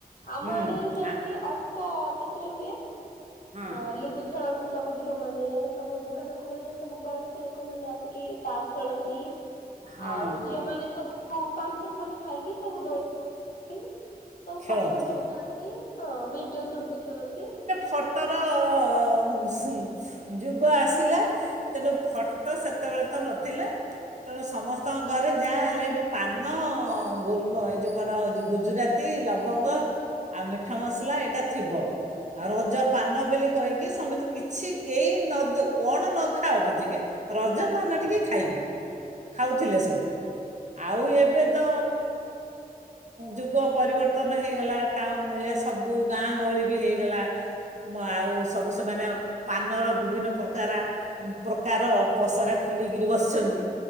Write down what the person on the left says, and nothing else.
ଆମ
ଆଡ଼େ ସେମିତି
ଅଳ୍ପ କିଛିରେ ହୁଏ
ଅ ଲୁଡୁ ଖେଳନ୍ତି। ସବୁ ଝିଅମାନେ ସବୁ ବୁଢ଼ା ଲୋକମାନେ ସବୁ ବୟସ୍କ ଲୋକ ମାନେ ଆସିକି ତାସ ଖେଳନ୍ତି।
ଆଉ ଝିଅ ମାନେ ସବୁ ପାନ ଫାନ ଖାଇକି ସବୁ ଦୋଳିଖେଳନ୍ତି। ସବୁ
ଫଟ ଫଟ ଉଠାନ୍ତି ହଁ ଭିଡିଓ ସୁଟୁ ବି କରନ୍ତି।